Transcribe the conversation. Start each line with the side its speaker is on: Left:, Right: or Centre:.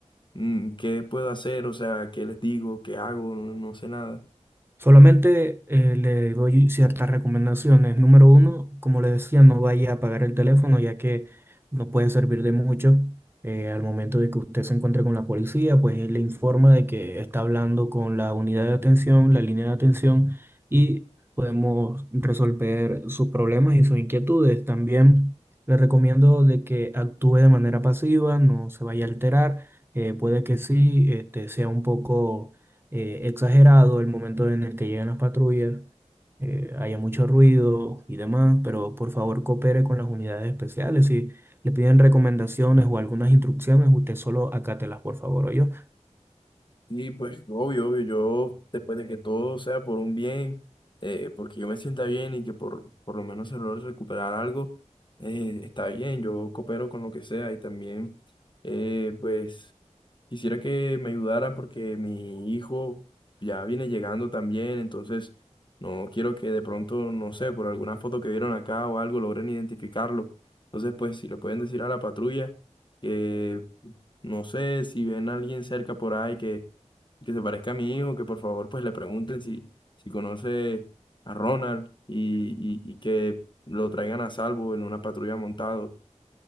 Left: mm, ¿qué puedo hacer? O sea, ¿qué les digo? ¿Qué hago? No, no sé nada.
Right: Solamente eh, le doy ciertas recomendaciones. Número uno, como le decía, no vaya a apagar el teléfono ya que no puede servir de mucho. Eh, al momento de que usted se encuentre con la policía, pues él le informa de que está hablando con la unidad de atención, la línea de atención y podemos resolver sus problemas y sus inquietudes. También le recomiendo de que actúe de manera pasiva, no se vaya a alterar. Eh, puede que sí, este, sea un poco eh, exagerado el momento en el que llegan las patrullas, eh, haya mucho ruido y demás, pero por favor coopere con las unidades especiales. Si le piden recomendaciones o algunas instrucciones, usted solo acátelas, por favor, yo.
Left: Sí, pues obvio, obvio, yo después de que todo sea por un bien, eh, porque yo me sienta bien y que por, por lo menos se logre recuperar algo, eh, está bien, yo coopero con lo que sea y también, eh, pues... Quisiera que me ayudaran porque mi hijo ya viene llegando también, entonces no quiero que de pronto, no sé, por alguna foto que vieron acá o algo logren identificarlo. Entonces, pues si le pueden decir a la patrulla que, no sé, si ven a alguien cerca por ahí que, que se parezca a mi hijo, que por favor pues le pregunten si, si conoce a Ronald y, y, y que lo traigan a salvo en una patrulla montado.